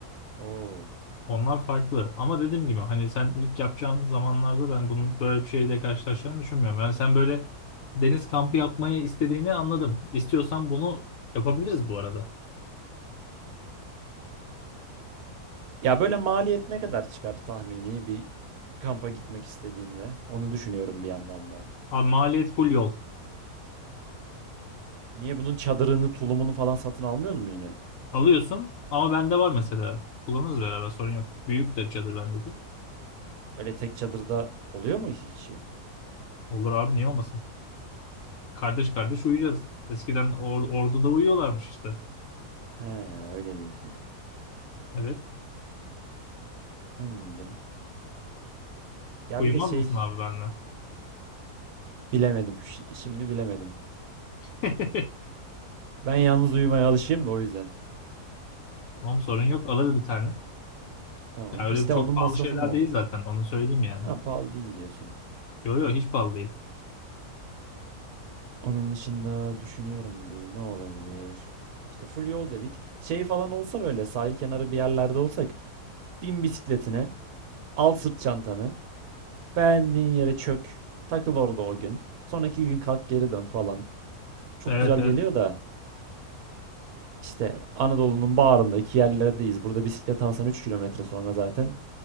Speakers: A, on the right; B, on the left.
A: Oo.
B: Onlar farklı. Ama dediğim gibi hani sen ilk yapacağın zamanlarda ben bunun böyle bir şeyle karşılaşacağını düşünmüyorum. Ben sen böyle deniz kampı yapmayı istediğini anladım. İstiyorsan bunu yapabiliriz bu arada.
A: Ya böyle maliyet ne kadar çıkar tahmini bir kampa gitmek istediğimde? Onu düşünüyorum bir yandan da.
B: Abi maliyet full yol.
A: Niye bunun çadırını, tulumunu falan satın almıyoruz mu yine?
B: Alıyorsun ama bende var mesela. Kullanırız beraber sorun yok. Büyük de bir çadır bendeki.
A: Öyle tek çadırda oluyor mu iki kişi?
B: Olur abi niye olmasın? Kardeş kardeş uyuyacağız. Eskiden or orduda uyuyorlarmış işte.
A: He, öyle diyorsun.
B: Evet.
A: Anladım. Ya
B: Uyumaz
A: bir de şey
B: mısın abi benimle?
A: bilemedim. Şi- Şimdi bilemedim.
B: <laughs>
A: Ben yalnız uyumaya alışığım da o yüzden.
B: Tamam sorun yok alırız bir tane.
A: Tamam.
B: Ya öyle
A: İşte
B: çok
A: onun masrafı
B: pahalı şeyler
A: ne olur?
B: değil zaten onu söyleyeyim yani.
A: Ha, pahalı değil diyorsun.
B: Yok yok hiç pahalı değil.
A: Onun dışında düşünüyorum bir ne olabilir? İşte full yol dedik. Şey falan olsa böyle sahil kenarı bir yerlerde olsak bin bisikletine, al sırt çantanı, beğendiğin yere çök, takıl orada o gün. Sonraki gün kalk geri dön falan. Çok
B: Evet
A: güzel
B: evet.
A: geliyor da işte Anadolu'nun bağrındaki yerlerdeyiz. Burada bisiklet alsan 3 kilometre sonra zaten